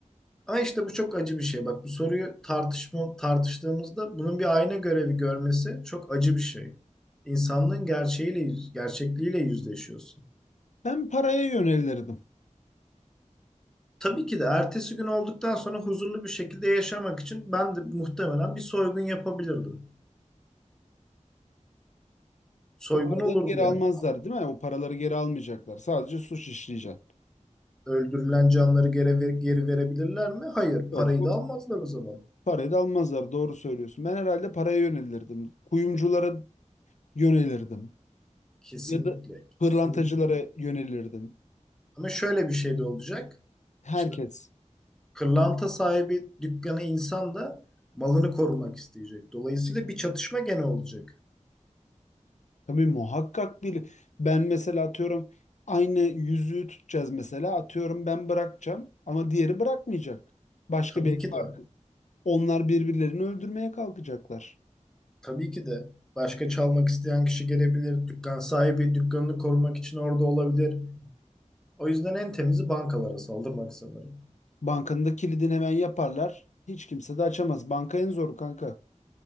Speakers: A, in the centre; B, on the left (about 65°).
A: Ama işte bu çok acı bir şey. Bak bu soruyu tartışma, tartıştığımızda bunun bir ayna görevi görmesi çok acı bir şey. İnsanlığın gerçeğiyle, yüz- gerçekliğiyle yüzleşiyorsun.
B: Ben paraya yönelirdim.
A: Tabii ki de ertesi gün olduktan sonra huzurlu bir şekilde yaşamak için ben de muhtemelen bir soygun yapabilirdim. Soygun
B: O paraları
A: olurdu
B: geri
A: yani.
B: almazlar değil mi? O paraları geri almayacaklar. Sadece suç işleyeceksin.
A: Öldürülen canları geri, ver- geri verebilirler mi? Hayır.
B: Yok,
A: Parayı
B: o
A: da almazlar o zaman.
B: parayı da almazlar. Doğru söylüyorsun. Ben herhalde paraya yönelirdim. Kuyumculara yönelirdim.
A: Kesinlikle.
B: Ya da
A: Kesinlikle.
B: pırlantacılara yönelirdim.
A: Ama şöyle bir şey de olacak.
B: Herkes.
A: Şimdi Kırlanta sahibi dükkanı insan da malını korumak isteyecek. Dolayısıyla bir çatışma gene olacak.
B: Tabii muhakkak bir ben mesela atıyorum aynı yüzüğü tutacağız mesela atıyorum ben bırakacağım ama diğeri bırakmayacak. Başka
A: Tabii
B: bir
A: ki
B: farkı.
A: de,
B: Onlar birbirlerini öldürmeye kalkacaklar.
A: tabii ki de başka çalmak isteyen kişi gelebilir. Dükkan sahibi dükkanını korumak için orada olabilir. O yüzden en temizi bankalara saldırmak sanırım.
B: Bankanın da kilidini hemen yaparlar. Hiç kimse de açamaz. Banka en zoru kanka.